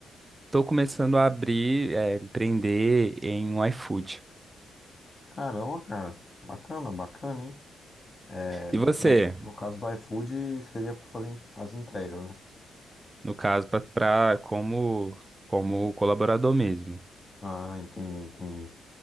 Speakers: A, on the right (about 25°); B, on the left (about 25°).
A: estou começando a abrir, eh, empreender em um iFood.
B: Caramba, cara. Bacana, bacana, hein? É,
A: E você?
B: no, no caso do iFood, seria pra fazer en- as entregas, né?
A: No caso, para como como colaborador mesmo.
B: Ah, entendi, entendi.